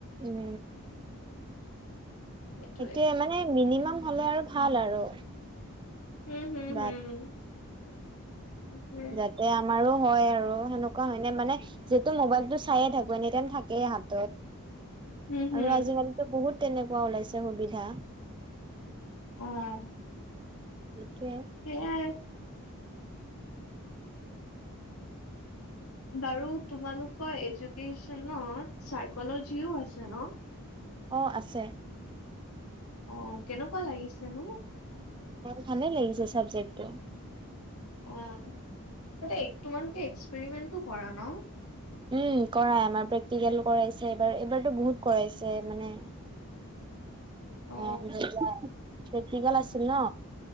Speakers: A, on the right; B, on the left.
A: উম,
B: সেইটোৱে
A: সেইটোয়ে মানে মিনিমাম হলে আৰু ভাল আৰু।
B: হম হম
A: কিবা
B: হম সেইটোৱে
A: এটা তে আমাৰো হয় আৰু সেনেকুৱা হয়নে মানে। যিহেতু মোবাইলটো চাইে থাকো এনি টাইম থাকেই হাতত।
B: হম হম
A: আৰু আজিকালিতো বহুত তেনেকুৱা ওলাইছে সুবিধা।
B: অঁ'।
A: এইটোৱে।
B: সেইয়া। বাৰু তোমালোকৰ এডুকেচনত চাইকলজিও আছে ন।
A: অঁ' আছে।
B: অঁ' কেনেকুৱা লাগিছেনো?
A: অঁ' ভালে লাগিছে চাবজেক্টটো।
B: অ' ততে তোমালোকে এক্সপেৰিমেণ্টটো কৰা ন?
A: উম কৰাই আমাৰ প্ৰেক্টিকেল কৰাইছে এইবাৰ এইবাৰতো বহুত কৰাইছে মানে।
B: অ
A: অঁ' যেতিয়া প্ৰেক্টিকেল আছিল ন।